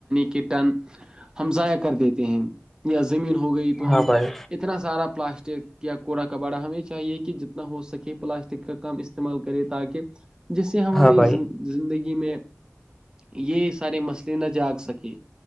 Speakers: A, on the right; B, in the centre.
A: کے ٹن ہم ضائع کر دیتے ہیں یا زمین ہو گئی تو
B: ہاں
A: ہم
B: بھائی
A: اتنا سارا پلاسٹک یا کوڑا کباڑا ہمیں چاہیے کہ جتنا ہو سکے پلاسٹک کا کم استعمال کرے تاکہ جس سے ہماری
B: ہاں بھائی۔
A: زندگی میں یہ سارے مسئلے نہ جاگ سکے